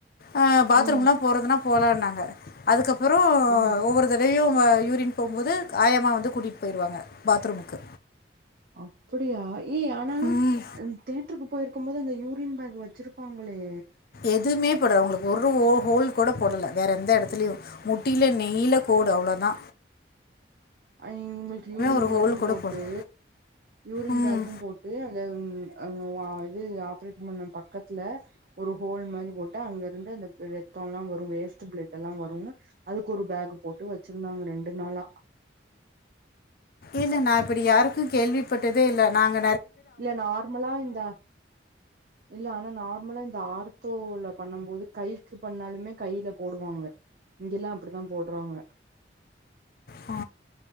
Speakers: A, on the left (about 50°); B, on the right (about 50°).
A: ஆ பாத்ரூம்லா
B: ம் ம்
A: போறதுனா போலான்னாங்க அதுக்கப் புறொ
B: ம்
A: ஒவ்வொரு தடவயு ஆ யூரின் போம்போது காயமா வந்து கூட்டிட் போயிருவாங்க பாத்ரூமுக்கு
B: அப்புடியா ஏ ஆனாலு
A: ம்,
B: தேட்டருக்கு போயிருக்கும் போது அந்த யூ ரின் பேக் வச்சுருப்பாங்களே
A: எதுமே போட அவங்களுக்கு ஒரு ஓ ஹோல் கூட போடல வேற எந்த எடத்துலயு முட் டில நெய்ல கோடு அவ்ளொதா
B: அ இவுங்களுக்கு யூரின்
A: ஒரு
B: பேகும்
A: ஹோல் கூட
B: போட்டு
A: போடல
B: யூரின்
A: ம்
B: பேகும் போட்டு அந்த ம் அ வா இது ஆப்ரேட் பண்ண பக்கத்ல ஒரு ஹோல் மாரி போட்டு அங்கருந்து அந்த ரத்தொல்லா வரு வேஸ்ட்டு பிளட் எல்லா வருன்னு அதுக்கு ஒரு பேகு போட்டு வச்சுருந்தாங்க ரெண்டு நாளா
A: இல்ல நா இப்பிடி யாருக்கு கேள்விப்பட்டதே இல்ல நாங்க
B: இல்ல நார்மலா இந்த இல்ல ஆனா நார்மலா இந்த ஆர் தோல பண்ணும் போது கைக்கு பண்ணாலுமே கையில போடுவாங்க இங்கெல்லா அப்பிடிதா போட்றாங்க
A: ஆ